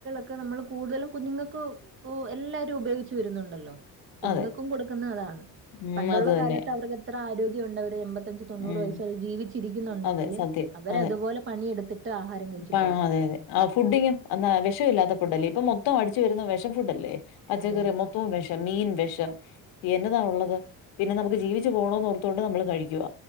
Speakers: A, on the right; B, on the left.
A: ഒക്കെ നമ്മള് കൂടുതലും കുഞ്ഞുങ്ങക്ക് ഒ എല്ലാരും ഉപയോഗിച്ച് വരുന്നുണ്ടല്ലോ കുഞ്ഞുങ്ങക്കും
B: അതെ.
A: കൊടുക്കുന്നെ അതാ
B: ഉം.
A: പണ്ടുള്ള
B: അത് തന്നെ.
A: കാലത്ത് അവർക്കെത്ര ആരോഗ്യവൊണ്ട് അവര് എൺപത്തഞ്ച് തൊണ്ണൂറ്
B: ഉം.
A: വയസ് വരെ ജീവിച്ചിരിക്കുന്നൊണ്ടെങ്കില്
B: അതെ സത്യം.
A: അവരെ
B: അതെ.
A: അതുപോലെ പണിയെടുത്തിട്ട് ആഹാരം കഴിച്ചിട്ടു
B: പ
A: ആണ്
B: അതെ അതെ. ഫുഡിങ്ങും അന്നാ വിഷവില്ലാത്ത ഫുഡല്ലേ ഇപ്പൊ മൊത്തം അടിച്ചു വെരുന്ന വെഷഫുഡ്ഡല്ലേ പച്ചക്കറി
A: അതെ അതെ
B: മൊ ത്തോം വെഷം, മീൻ വെഷം, എന്നതാ ഒള്ളത് പിന്നെ നമുക്ക് ജീവിച്ച് പോകണോന്ന് ഓർത്തു കൊണ്ട് നമ്മള് കഴിക്കുവ.